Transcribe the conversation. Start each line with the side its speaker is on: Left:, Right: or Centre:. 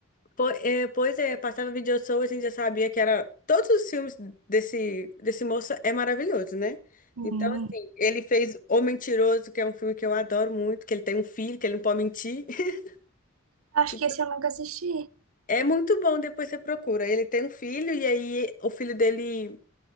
Left: Po- é, Pois é, passava vídeo show, a gente já sabia que era. Todos os filmes desse, desse moço é maravilhoso, né?
Right: Hum,
Left: Então, assim, ele fez O Mentiroso, que é um filme que eu adoro muito, que ele tem um filho, que ele não pode mentir. <laughs>
Right: acho
Left: que
Right: que esse eu nunca assisti.
Left: É muito bom, depois você procura. Ele tem um filho, e aí o filho dele